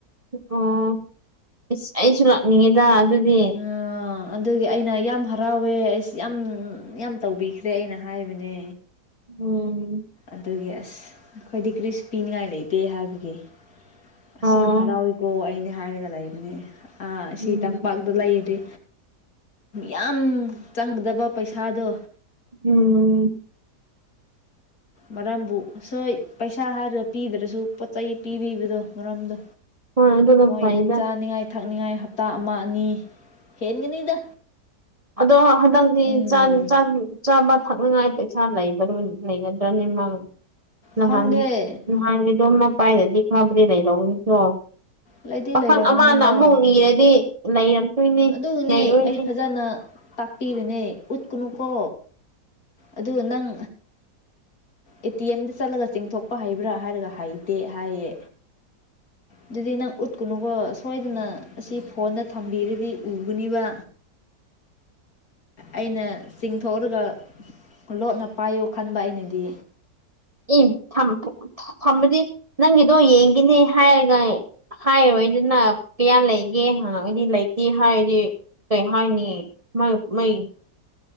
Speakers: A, on the right; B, on the left.
A: ꯑꯣ ꯑꯁ ꯑꯩꯁꯨ ꯂꯥꯛꯅꯤꯡꯉꯤꯗꯥ ꯑꯗꯨꯗꯤ
B: ꯑꯥ ꯑꯗꯨꯒꯤ ꯑꯩꯅ ꯌꯥꯝ ꯍꯔꯥꯎꯋꯦ ꯑꯩꯁ ꯌꯥꯝ ꯌꯥꯝ ꯇꯧꯕꯤꯈ꯭ꯔꯦ ꯑꯩꯅ ꯍꯥꯏꯕꯅꯦ
A: ꯎꯝ
B: ꯑꯗꯨꯒꯤ ꯑꯁ ꯑꯩꯈꯣꯏꯗꯤ ꯀ꯭ꯔꯤꯁꯨ ꯄꯤꯅꯤꯉꯥꯏ ꯂꯩꯇꯦ ꯍꯥꯏꯕꯒꯤ ꯑꯁꯤ
A: ꯑꯣ
B: ꯌꯥꯝ ꯍꯔꯥꯎꯋꯤꯀꯣ ꯑꯩꯅꯦ ꯍꯥꯏꯔꯒ ꯂꯩꯕꯅꯦ ꯑ ꯑꯁꯤ
A: ꯎꯝ
B: ꯇꯝꯄꯥꯛ ꯕꯂꯩꯔꯗꯤ ꯌꯥꯝ ꯆꯪꯒꯗꯕ ꯄꯩꯁꯥꯗꯣ
A: ꯎꯝ
B: ꯃꯔꯝꯕꯨ ꯁꯣꯏ ꯄꯩꯁꯥ ꯍꯥꯏꯔꯒ ꯄꯤꯗ꯭ꯔꯁꯨ ꯄꯣꯠ ꯆꯩ ꯄꯤꯕꯤꯕꯗꯣ ꯃꯔꯝꯗꯣ
A: ꯍꯣꯏ ꯑꯗꯨꯅ
B: ꯃꯣꯏ
A: ꯐꯩꯗ
B: ꯆꯥꯅꯤꯡꯉꯥꯏ ꯊꯛꯅꯤꯡꯉꯥꯏ ꯍꯞꯇꯥ ꯑꯃꯥ ꯑꯅꯤ ꯍꯦꯟꯒꯅꯤꯗꯥ
A: ꯑꯗꯣ ꯍꯟꯗꯛꯇꯤ
B: ꯎꯝ
A: ꯆꯥꯟ ꯆꯟ ꯆꯥꯕ ꯊꯛꯅꯤꯡꯉꯥꯏ ꯄꯩꯁꯥ ꯂꯩꯕꯔꯣ ꯂꯩꯒꯗ꯭ꯔꯅꯦ ꯃꯥ ꯅꯍꯥꯟ
B: ꯈꯪꯗꯦ
A: ꯅꯍꯥꯟꯒꯤꯗꯣ ꯃꯥ ꯄꯥꯏꯗꯗꯤ ꯈꯔꯕꯨꯗꯤ ꯂꯩꯗꯧꯕꯅꯤꯀꯣ
B: ꯂꯩꯗꯤ
A: ꯄꯥꯈꯪ
B: ꯂꯩꯔꯝꯒꯅꯤꯗ
A: ꯑꯃꯥꯅ ꯑꯃꯨꯛ ꯅꯤꯔꯗꯤ ꯂꯩꯔꯛꯇꯣꯏꯅꯤ
B: ꯑꯗꯨꯒꯤꯅꯦ
A: ꯂꯩꯔꯣꯏꯅꯤ
B: <unintelligible> ꯇꯥꯛꯄꯤꯕꯅꯦ ꯎꯠꯀꯅꯨꯀꯣ ꯑꯗꯨꯒ ꯅꯪ ꯑꯦ ꯇꯤ ꯑꯦꯝꯗ ꯆꯠꯂꯒ ꯆꯤꯡꯊꯣꯛꯄ ꯍꯩꯕ꯭ꯔꯥ ꯍꯥꯏꯔꯒ ꯍꯩꯇꯦ ꯍꯥꯏꯌꯦ ꯑꯗꯨꯗꯤ ꯅꯪ ꯎꯠꯀꯨꯅꯨꯀꯣ ꯁꯣꯏꯗꯅ ꯑꯁꯤ ꯐꯣꯟꯗ ꯊꯝꯕꯤꯔꯗꯤ ꯎꯒꯅꯤꯕ ꯑꯩꯅ ꯆꯤꯡꯊꯣꯛꯔꯒ ꯂꯣꯠꯅ ꯄꯥꯏꯌꯣ ꯈꯟꯕ ꯑꯩꯅꯗꯤ
A: ꯏ ꯊꯝ ꯊꯝꯕꯗꯤ ꯅꯪꯒꯤꯗꯣ ꯌꯦꯡꯒꯤꯅꯦ ꯍꯥꯏꯔꯒ ꯍꯥꯏꯔꯣꯏꯗꯅ ꯀꯌꯥ ꯂꯩꯒꯦ ꯍꯪꯉꯛꯒꯗꯤ ꯂꯩꯇꯦ ꯍꯥꯏꯔꯗꯤ ꯀꯩ ꯍꯥꯏꯥꯏꯅꯤ ꯃꯩ